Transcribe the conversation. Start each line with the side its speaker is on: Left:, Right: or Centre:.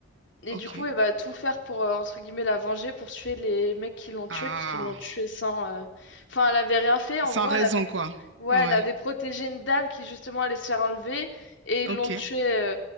Left: Et
Right: ok.
Left: du coup, elle va tout faire pour, euh, entre guillemets, la venger, pour tuer les mecs qui l'ont tuée,
Right: Ah,
Left: puisqu'ils l'ont tuée sans... euh, Enfin, elle avait rien fait, en
Right: sans
Left: gros,
Right: raison,
Left: elle avait...
Right: quoi.
Left: Ouais,
Right: Ouais,
Left: elle avait protégé une dame qui, justement, allait se faire enlever, et ils
Right: ok.
Left: l'ont tuée... euh,